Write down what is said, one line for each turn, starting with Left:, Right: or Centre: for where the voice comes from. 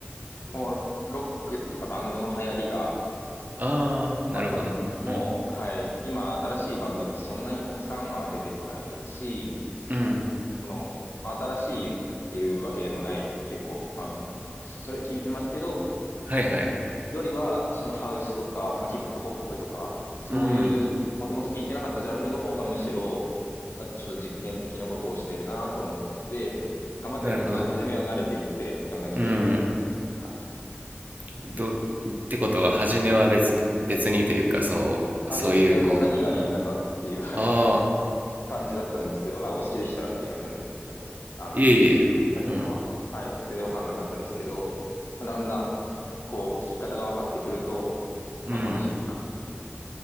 Left: もう、ロックとかバンドの流行りが、
Right: ああー、
Left: 多分、
Right: なるほど。
Left: もう、
Right: うん。
Left: はい、今、新しいバンドってそんなにたくさんは出てこないし、
Right: うん。
Left: この、まあ、新しいっていうわけでもない、結構、まあ、それ聞いてますけど、
Right: はいはい。
Left: よりは、そのハウスとか、まあ、ヒップホップとか、そういう、
Right: うん。
Left: もともと聞いてなかったジャンルの方がむしろ、あ、ちょっと実験的なことをしてるなと思って、頑張ってな、
Right: なるほど。
Left: 初めは慣れていって、だんだん聞けるようになっていったって感じです。
Right: うん。ど、ってことは、初めは別、別にというか、そう、
Left: あ、
Right: そういうこう、
Left: 全然何がいいんだかっていう、
Right: うん。
Left: <laughs> はい、
Right: ああ、
Left: 感じだったんですけど、あ、お好きでしたらすいませんですけど、あの、
Right: いえいえ、
Left: 初めは、
Right: うん。
Left: はい、全然わかんなかったですけど、まあだんだん、こう、聞き方が分かってくると、
Right: うん。
Left: まあ楽しいなっていう。